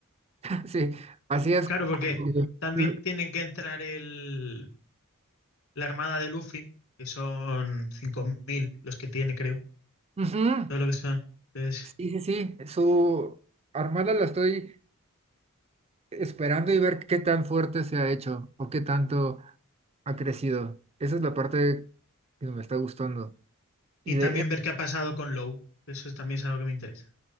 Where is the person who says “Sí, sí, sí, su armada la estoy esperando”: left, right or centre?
Right